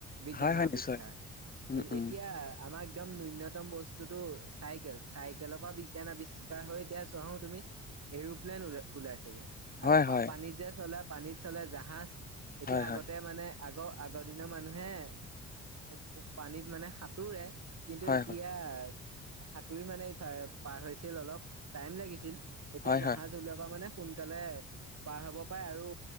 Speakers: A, on the right; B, on the left.
A: বিজ্ঞানৰ
B: হয় হয়
A: আৱিষ্কাৰ।
B: নিশ্চয় উম
A: এ-
B: উম
A: এতিয়া আমাৰ একদম ন্যূনতম বস্তুটো চাইকেল, চাইকেলৰ পৰা বিজ্ঞান আৱিষ্কাৰ হৈ এতিয়া চোৱাহো তুমি এৰোপ্লেন উৰ- ওলাইচেগে।
B: হয়
A: আৰু পা-
B: হয়
A: পানীত যে চলে, পানীত চলে জাহাজ।
B: হয়
A: এতিয়া
B: হয়
A: আগতে মানে আগ- আগৰ দিনৰ মানুহে প- পানীত মানে সাঁতোৰে। কিন্তু
B: হয়
A: এতিয়া
B: হয়
A: সাঁতুৰি মানে ইফালে পাৰ হৈছিল অলপ, টাইম লাগিছিল। এতিয়া
B: হয়
A: জাহাজ
B: হয়
A: ওলোৱাৰ পৰা মানে সোনকালে পাৰ হব পাৰে আৰু